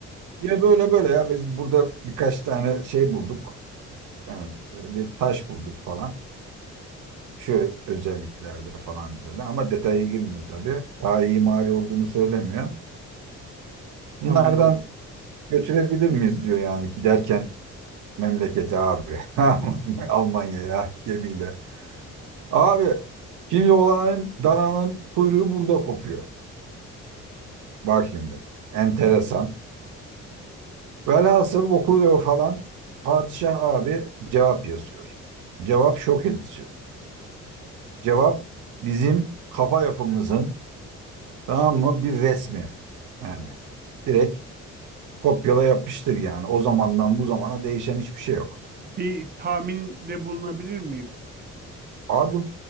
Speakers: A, on the right; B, on the right.
A: Ya böyle böyle ya biz burada birkaç tane şey bulduk. Yani böyle bir taş bulduk falan. Şu özelliklerde falan böyle ama detaya girmiyor tabii. Daha iyi mimari olduğunu söylemiyor. Bunlardan
B: Anladım.
A: götürebilir miyiz diyor yani giderken memlekete abi. <laughs> Almanya'ya gemiyle. Abi şimdi olanın dananın kuyruğu burada kopuyor. Bak şimdi enteresan. Velhasıl okuyor falan. Padişah abi cevap yazıyor. Cevap şok edici. Cevap bizim kafa yapımızın tamam mı bir resmi. Yani direkt kopyala yapıştır yani. O zamandan bu zamana değişen hiçbir şey yok.
B: Bir tahminde bulunabilir miyim?
A: Abi